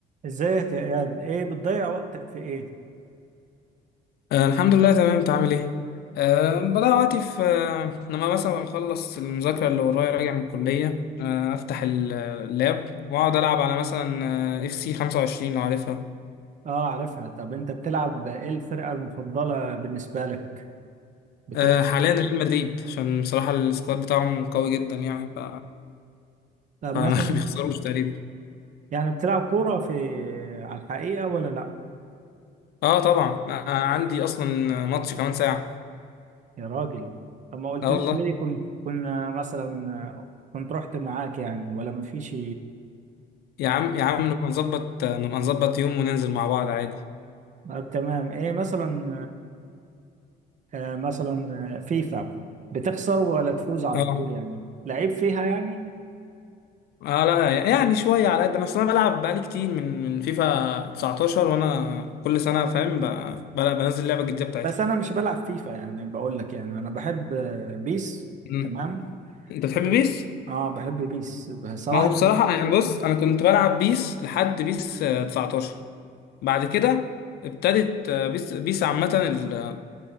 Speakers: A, on the right; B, on the left.
A: ازيك يا اياد ايه بتضيع وقتك في ايه
B: آه، الحمد لله تمام انت عامل ايه أه بدأ وقتي في آه، لما مثلا أبقى مخلص المذاكرة اللي ورايا راجع من الكلية أه أفتح ال- آه، اللاب وأقعد ألعب على مثلا آه، اف سي 25 لو عارفها
A: اه عارفها طب انت بتلعب ايه الفرقة المفضلة بالنسبة لك بتلعب
B: أه حاليا ريال مدريد عشان بصراحة السكواد بتاعهم قوي جدا يعني ف...
A: طب
B: فما
A: مثلا
B: <laughs> بيخسروش تقريبا
A: يعني بتلعب كورة في على الحقيقة ولا لا
B: اه طبعا آه، عندي أصلا ماتش كمان ساعة
A: يا راجل طب ما قلتليش
B: اه والله
A: ليه كنت كنا مثلا كنت رحت معاك يعني ولا مفيش
B: يا عم يا عم نبقى نظبط آه، نبقى نظبط يوم وننزل مع بعض عادي
A: طب تمام ايه مثلا آه، آه، مثلا آه، فيفا بتخسر ولا تفوز على
B: اه
A: طول يعني لعيب فيها يعني
B: اه لا يعني شويه على قد انا اصلا بلعب بقالي كتير من من فيفا 19 وانا كل سنه فاهم ب- بل- بنزل لعبه جديده بتاعتها
A: بس انا مش بلعب فيفا يعني بقول لك يعني انا بحب آه، بيس
B: مم.
A: تمام
B: انت بتحب
A: و...
B: بيس
A: اه بحب بيس صراحة
B: ما هو بصراحه انا بص انا كنت بلعب بيس لحد بيس آه، 19 بعد كده ابتدت آه، بيس بيس عامه ال- آه،